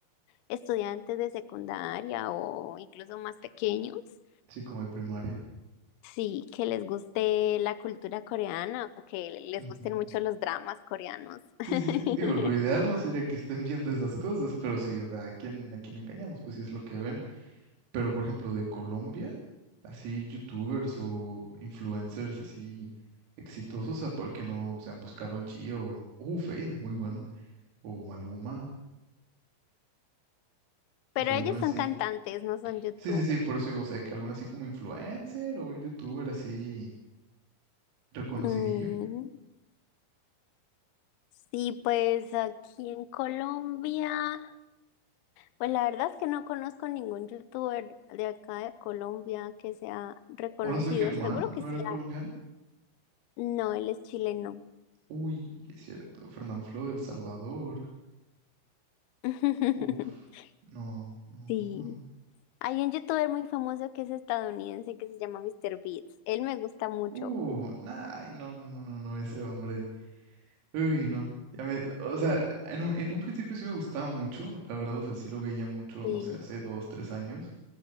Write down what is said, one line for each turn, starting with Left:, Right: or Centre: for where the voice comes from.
Left: estudiantes de secundaria o incluso más pequeños.
Right: Sí, como de primaria.
Left: Sí, que les guste la cultura coreana, o que les
Right: Ujú.
Left: gusten mucho los dramas coreanos. <laughs>
Right: Sí, sí, sí. Digo, lo ideal no sería que estén <laughs> viendo esas cosas, pero sí, o sea, ¿a quién, a quién engañamos? Pues sí es lo que ven. Pero, por ejemplo, de Colombia, así youtubers o influencers así exitosos, ¿a por qué no sean pues Karol G o uh, Fade, muy bueno, o Maluma, o
Left: Pero
Right: sea,
Left: ellos
Right: alguna
Left: son
Right: así.
Left: cantantes, no son youtubers.
Right: Sí, sí, sí, por eso digo, o sea, que alguna así como influencer o youtuber así reconocidillo.
Left: Mm, sí, pues aquí en Colombia, pues la verdad es que no conozco ningún youtuber de acá de Colombia que sea reconocido.
Right: Hola, soy Germán,
Left: Seguro que
Right: ¿no
Left: sí
Right: era
Left: hay.
Right: colombiano?
Left: No, él es chileno.
Right: Uy, es cierto, Fernanfloo del Salvador.
Left: <laughs>
Right: Uf, no, no,
Left: Sí.
Right: no.
Left: Hay un youtuber muy famoso que es estadounidense que se llama Mr. Beats. Él me gusta mucho.
Right: Uh, nah, ay, no, no, no, no, no, ese hombre. Uy, no. Ya me, o sea, en un, en un principio sí me gustaba mucho, la verdad, o sea, sí lo veía mucho,
Left: Sí.
Right: no sé, hace dos, tres años,